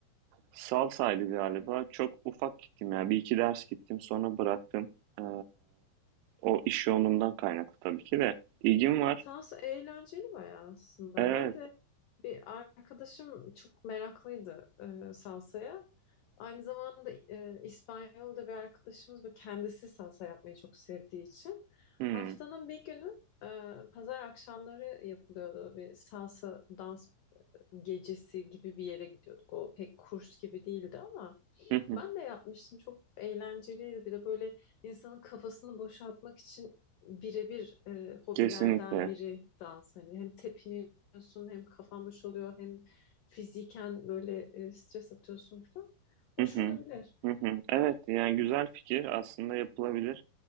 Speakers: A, on the right; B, on the left.
A: Salsaydı galiba. Çok ufak gittim ya. Bir iki ders gittim sonra bıraktım. Ee, o iş yoğunluğundan kaynaklı tabii ki de. İlgim var.
B: Sansa eğlenceli bayağı aslında.
A: Evet.
B: Ben de bir arkadaşım çok meraklıydı e, salsaya. Aynı zamanda e, İspanyol'da bir arkadaşımız bu kendisi salsa yapmayı çok sevdiği için
A: Hı
B: haftanın bir günü e, pazar akşamları yapılıyordu bir salsa dans gecesi gibi bir yere gidiyorduk. O pek kurs gibi değildi ama
A: hı. hı.
B: ben de yapmıştım. Çok eğlenceliydi. Bir de böyle insanın kafasını boşaltmak için birebir e, hobilerden
A: Kesinlikle.
B: biri dans. Hani hem tepiniyorsun hem kafan boş oluyor, hem fiziken böyle e, stres atıyorsun falan. Hoş
A: Hı hı.
B: olabilir.
A: Hı hı. Evet yani güzel fikir aslında yapılabilir.